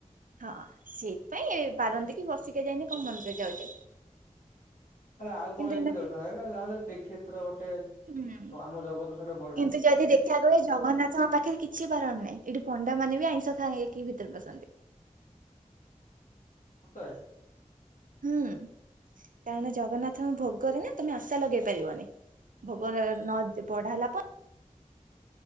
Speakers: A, on the right (about 85°); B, on the left (about 80°).
A: ହଁ ସେଇଥିପାଇଁ ବାରନ୍ତି କି ବସିକିକା ଯାଇନି କଣ ମନ୍ଦିର ଯାଉଛୁ
B: ଆରେ ଆଉ କଣ
A: କିନ୍ତୁ
B: ହେଇଥିଲେ
A: ଏଇନା
B: ଚଳିଥାନ୍ତା। ଏଟା ଯାହେଲେ ଶ୍ରୀକ୍ଷେତ୍ର ଗୋଟେ।
A: ହୁଁ।
B: ତ ଆମ ଜଗତର ସେଇଟା ବ
A: କିନ୍ତୁ ଯଦି ଦେଖିବାକୁ ହୁଏ ଜଗନ୍ନାଥଙ୍କ ପାଖରେ କି ଛି ବାରଣ ନାଇଁ ଏଠି ପଣ୍ଡାମାନେ ବି ଆଇଁଷ ଖାଇକି ଭିତରେ ପସନ୍ତି।
B: ସତରେ
A: ହୁଁ କାରଣ ଜଗନ୍ନାଥଙ୍କ ଭୋଗରେ ନା ତମେ ଆଶା ଲଗେଇ ପାରିବନି। ଭୋଗ ରେ ନଦ ବଢା ହେଲା ପ